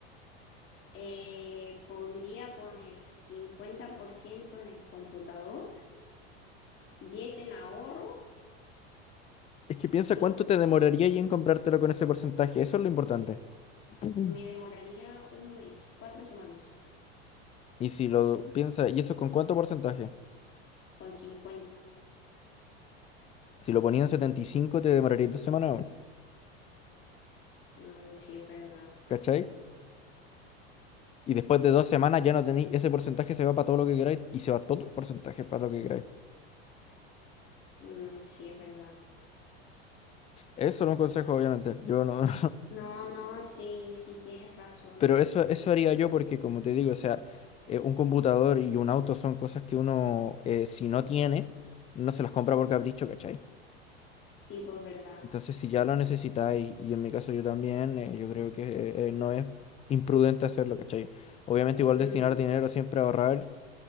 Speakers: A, on the left; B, on the left.
A: Eh, podría poner 50% en el computador, 10 en ahorro,
B: Es que piensa
A: sí,
B: cuánto te demoraría ahí en comprártelo con ese porcentaje. Eso es lo importante. <clears throat> Ujú.
A: me demoraría un mes, cuatro semanas,
B: Y si lo piensa, ¿y eso con cuánto porcentaje?
A: con cincuenta.
B: Si lo ponía en 75 te demoraría dos semanas aún.
A: Mm, sí, es verdad.
B: ¿cachai? Y después de dos semanas ya no tenéis, ese porcentaje se va para todo lo que queráis y se va todo el porcentaje para lo que queráis.
A: Mm, sí, es verdad.
B: Eso no es un consejo, obviamente. Yo no, <laughs>
A: No, no, sí, sí, tienes razón.
B: pero eso, eso haría yo porque, como te digo, o sea, eh, un computador y un auto son cosas que uno, eh, si no tiene, no se las compra por capricho, ¿cachai?
A: Sí, pues verdad.
B: Entonces, si ya lo necesitáis, y en mi caso yo también, eh, yo creo que eh, eh, no es imprudente hacerlo, ¿cachai? Obviamente, igual
A: Mm,
B: destinar dinero siempre a ahorrar,